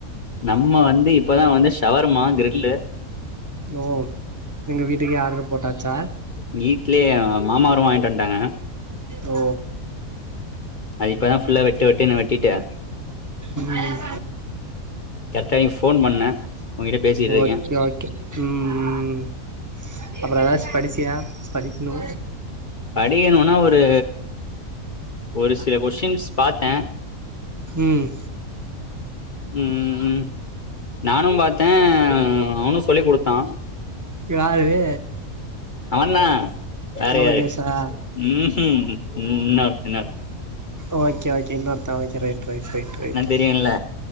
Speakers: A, on the left; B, on the right.
A: நம்ம வந்து இப்பதா வந்து ஷவர்மா கிரில்லு
B: ஓ எங்க வீட்டுக்கே ஆர்ரு போட்டாச்சா
A: வீட்லயே மாமா வரம்மோ வாங்கிட்டு வன்ட்டாங்க
B: ஓ
A: அது இப்பதா ஃபுல்லா வெட்டு வெட்டுனு வெட்டிட்டு
B: ம்
A: கரெக்டா நீ ஃபோன் பண்ண உங்கிட்ட பேசிட்டு இருக்கே
B: ஓகே ஓகே ம் ம் அப்பற எதாச்சு படிச்சியா படிக்கனு
A: படிக்கனூனா ஒரு ஒரு சில கொஷின்ஸ் பாத்தே
B: ம்
A: ம் ம் நானும் பாத்தே அவனு சொல்லிக் குடுத்தா
B: யாரு
A: அவந்தா வேறயாரு
B: லோகேஷா
A: ம்ஹும் இன்னொருத்த இன்னொரு
B: ஓகே ஓகே இன்னொருத்தெ ஓகே ரைட் ரைட் ரைட் ரைட்டு
A: நா தெரியுல்ல